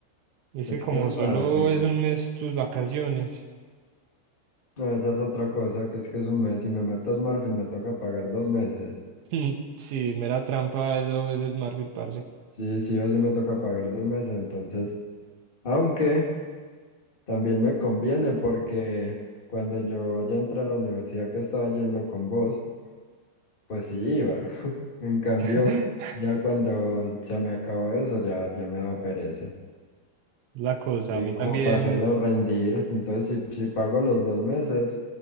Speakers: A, on the right (about 75°); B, on the left (about 20°).
A: Y es
B: es
A: que como
B: que es Marfil.
A: solo es un mes tus vacaciones.
B: No, esa es otra cosa, que es que es un mes. Si me meto a Marfil, me toca pagar dos meses.
A: <laughs> Sí, mera trampa, eso es Smartfit, parce.
B: Sí, sí o sí me toca pagar dos meses, entonces. Aunque también me conviene porque cuando yo ya entré a la universidad que estaba yendo con vos, pues sí iba. <laughs> En cambio,
A: <laughs>
B: ya cuando se me acabó eso, ya, ya me daba pereza.
A: Es La cosa,
B: Y
A: a mí
B: como
A: también.
B: para hacerlo rendir. Entonces, si, si pago los dos meses,